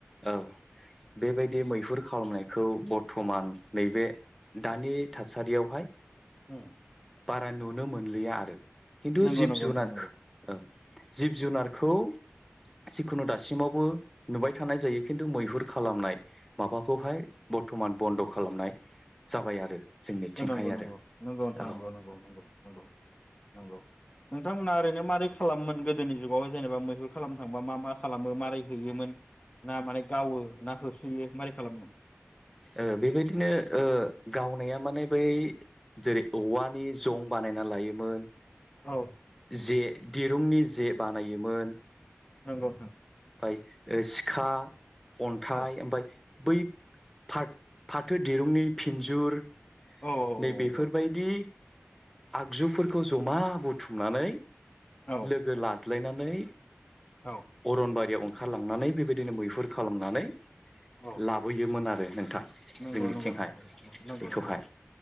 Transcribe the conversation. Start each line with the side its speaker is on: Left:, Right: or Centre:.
Centre: औ बेबायदि मैहुर खालामनायखौ बर्थमान नैबे दानि थासारियावहाय
Left: उम
Centre: बारा नुनो मोनलिया आरो खिन्थु
Left: नंगौ
Centre: जिब
Left: नंगौ
Centre: जुनार
Left: नोंथां नंगौ
Centre: औ जिब जुनारखौ जिखुनु दासिमावबो नुबाय थानाय जायो खिन्थु मैहुर खालामनाय माबाखौहाय बर्थमान बन्द खालामनाय जाबाय आरो जोंनिथिंहाय
Left: नंगौ-नंगौ-नंगौ
Centre: आरो
Left: नोंथां
Centre: औ
Left: नंगौ-नंगौ-नंगौ नंगौ नंगौ नोंथांमोना ओरैनो मारै खालामोमोन गोदोनि जुगाव जेनेबा मैहुर खालामनो थांबा मा - मा खालामो मारै होयोमोन ना माने गावो ना होस थैयो मारै खालामोमोन
Centre: ओ बेबायदिनो ओ गावनाया माने बै जेरै औवानि जं बानायना लायोमोन
Left: औ
Centre: जे दिरुंनि जे बानायोमोन
Left: नंगौ नोंथां
Centre: ओ सिखा अन्थाइ
Left: औ
Centre: ओमफाय बै फाथ फाथो दिरुंनि फिनजुर
Left: औ
Centre: नै बेफोरबायदि
Left: औ
Centre: आगजुफोर खौ जमा बुथुमनानै
Left: औ
Centre: लोगो लाज लाजलायनानै
Left: औ
Centre: अरनबारियाव ओंखारलांनानै बेबायदिनो मैहुर खालामनानै
Left: औ
Centre: लाबोयोमोन आरो नोंथां
Left: नंगौ
Centre: जोंनिथिंहाय
Left: नंगौ नोंथां नंगौ
Centre: बेखौहाय
Left: नंगौ